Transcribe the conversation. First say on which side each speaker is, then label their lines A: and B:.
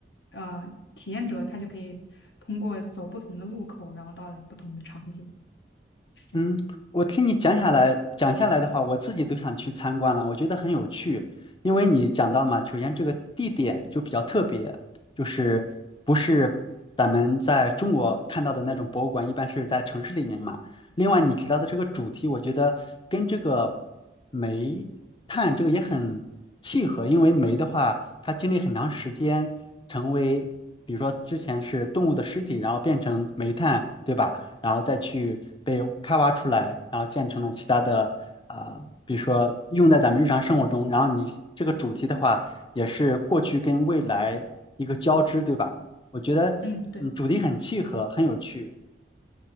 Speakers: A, on the left; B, on the left.
A: 呃体验者他就可以通过走不同的路口，然后到了不同的场景，是这样。
B: 嗯，我听你讲下来，讲下来的话，我自己都想去参观了，我觉得很有趣。因为你讲到嘛，首先这个地点就比较特别，就是不是咱们在中国看到的那种博物馆，一般是在城市里面嘛。另外，你提到的这个主题，我觉得跟这个煤炭这个也很契合，因为煤的话，它经历很长时间成为，比如说之前是动物的尸体，然后变成煤炭，对吧？然后再去被开发出来，然后建成了其他的啊、比如说用在咱们日常生活中。然后你这个主题的话，也是过去跟未来一个交织，对吧？我觉得嗯，
A: 嗯，对。
B: 主题很契合，很有趣。